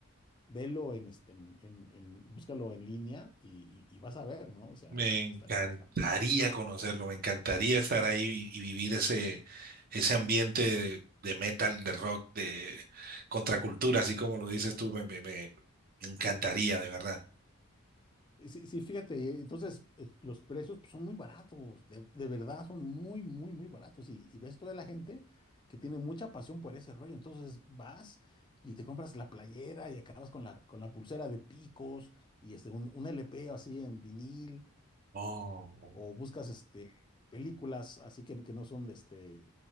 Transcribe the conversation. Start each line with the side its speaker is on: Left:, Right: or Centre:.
Left: velo en, este, en, en- en- búscalo en línea y, y- y vas a ver, ¿no? O sea,
Right: Me encantaría
Left: está, está, está
Right: conocerlo, me encantaría estar ahí y, y vivir ese, ese ambiente de, de metal, de rock, de contracultura, así como lo dices tú, me, me- me- me encantaría, de verdad.
Left: Eh, Sí, sí, fíjate, eh, entonces eh, los precios pues, son muy baratos, de, de verdad son muy, muy, muy baratos. Y, y ves toda la gente que tiene mucha pasión por ese rollo. Entonces vas y te compras la playera y acabas con la, con la pulsera de picos y este, un, un LP así en vinil
Right: Oh,
Left: o buscas este, películas así que, que no son de, este,